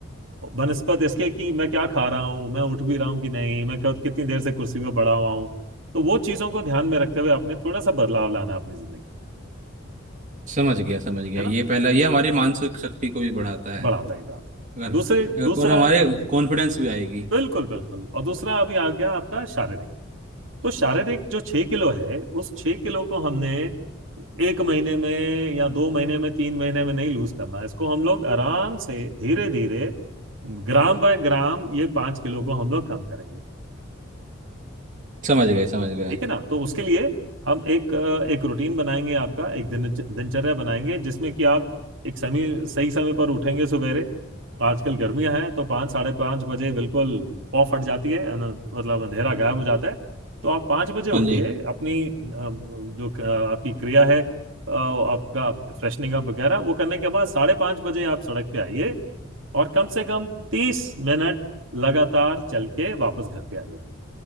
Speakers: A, on the right; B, on the right.
A: बनस्पत इसके कि मैं क्या खा रहा हूँ मैं उठ भी रहा हूँ कि नहीं मैं कब कितनी देर से कुर्सी पे पड़ा हुआ हूँ तो वो चीजों को ध्यान में रखते हुए आपने थोड़ा सा बदलाव लाना अपनी जिंदगी
B: समझ गया समझ गया
A: है ना
B: ये पहला ये हमारी मानसिक शक्ति को भी बढ़ाता है
A: बढ़ाता ही बढ़ाता
B: अगर
A: दूसरे दूसरा
B: और हमारे कॉन्फिडेंस भी आएगी
A: बिल्कुल बिल्कुल और दूसरा अभी आ गया आपका शारीरिक तो शारीरिक जो छह किलो है उस छह किलो को हमने एक महीने में या दो महीने में तीन महीने में नहीं लूज करना है। इसको हम लोग आराम से धीरे धीरे ग्राम बाय ग्राम ये पांच किलो को हम लोग कम करेंगे
B: समझ गए समझ गए
A: ठीक है ना तो उसके लिए हम एक अ, एक रूटीन बनाएंगे आपका एक दिन दिनचर्या बनाएंगे जिसमें कि आप एक समय सही समय पर उठेंगे सवेरे आजकल गर्मियां हैं तो पाँच साढ़े पाँच बजे बिल्कुल पौ फट जाती है है ना मतलब अंधेरा गायब हो जाता है तो आप पाँच बजे उठिए
B: हाँ जी
A: अपनी अ, जो अ, आपकी क्रिया है अ, आपका फ्रेशनिंग अप वगैरह वो करने के बाद साढ़े पाँच बजे आप सड़क पे आइए और कम से कम तीस मिनट लगातार चल के वापस घर पे आइए